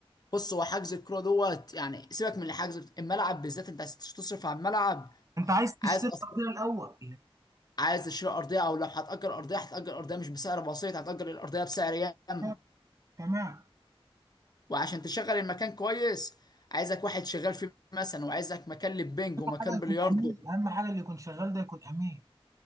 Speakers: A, on the left; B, on the right.
A: بص هو حجز الكوره دوت يعني سيبك من الحجز الملعب بالذات انت عايز تصرف على الملعب
B: انت عايز تشتري
A: عايز اصلا
B: ارضيه الاول
A: عايز تشتري ارضيه او لو هتأجر ارضيه هتأجر ارضيه مش بسعر بسيط هتأجر الارضيه بسعر ياما
B: آه، تمام
A: وعشان تشغل المكان كويس عايزك واحد شغال فيه مثلا وعايزك مكان للبنج ومكان
B: حاجه يكون
A: بلياردو
B: امين اهم حاجه اللي يكون شغال ده يكون امين